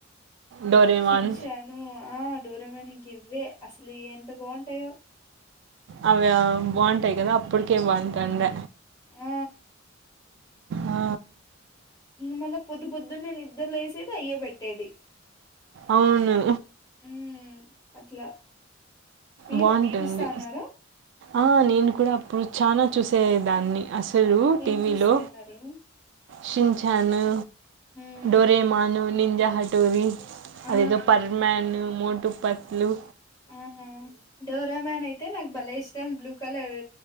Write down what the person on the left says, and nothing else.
శించన్ డోరెమాన్ గ ఇవ్వే అసలు ఎంతబాగు తే
ఆ
మల్ల పొద్దు పొద్దున్న నేను నిద్దరు వేసేది అయ్య పెట్టేది
ఉమ్ అట్లా మీరు
చూస్తా ఉన్నారా
ఏం చూస్తా ఉన్నారు
ఉమ్
ఆ
ఆ డౌరా మ్యాన్ యితే నా భలే ఇష్టం బ్లూ కలర్